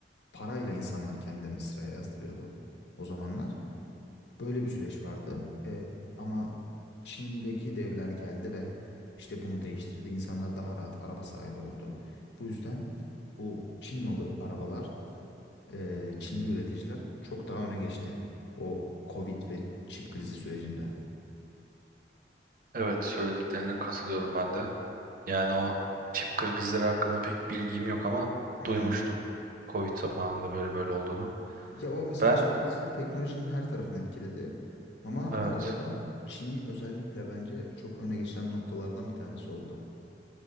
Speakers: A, on the left; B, on the right.
A: parayla insanlar kendilerini sıraya yazdırıyordu o zamanlar. Böyle bir süreç vardı. E, ama Çin'deki devler geldi ve işte bunu değiştirdi. İnsanlar daha rahat araba sahibi oldu. Bu yüzden bu Çin malı arabalar, e, Çinli üreticiler çok daha öne geçti. O Covid ve çip krizi sürecinde.
B: Evet söylediklerine katılıyorum ben de. Yani o çip krizleri hakkında pek bilgim yok ama
A: Hı
B: duymuştum.
A: hı.
B: Covid zamanında böyle böyle olduğunu.
A: Ya o mesela
B: Ben
A: çip krizi teknolojinin her tarafını etkiledi. Ama
B: evet
A: arabada Çin'i özellikle bence çok öne geçiren noktalardan bir tanesi oldu.